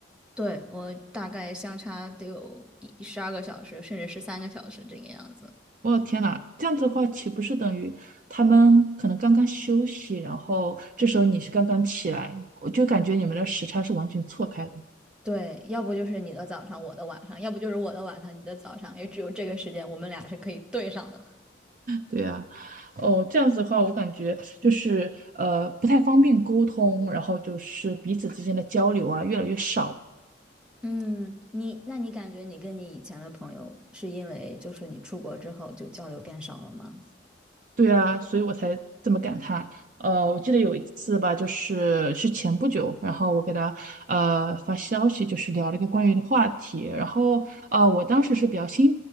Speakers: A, in the centre; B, on the right.
A: 对，我大概相差得有十二个小时，甚至十三个小时这个样子。
B: 我天呐，这样子的话，岂不是等于他们可能刚刚休息，然后这时候你是刚刚起来，我就感觉你们的时差是完全错开的。
A: 对，要不就是你的早上，我的晚上；要不就是我的晚上，你的早上。也只有这个时间，我们俩是可以对上的。
B: 对呀，哦，这样子的话，我感觉就是呃不太方便沟通，然后就是彼此之间的交流啊越来越少。
A: 嗯，你，那你感觉你跟你以前的朋友，是因为就是你出国之后就交流变少了吗？
B: 对啊，所以我才这么感叹。呃，我记得有一次吧，就是是前不久，然后我给他呃发消息，就是聊了一个关于的话题，然后呃，我当时是比较心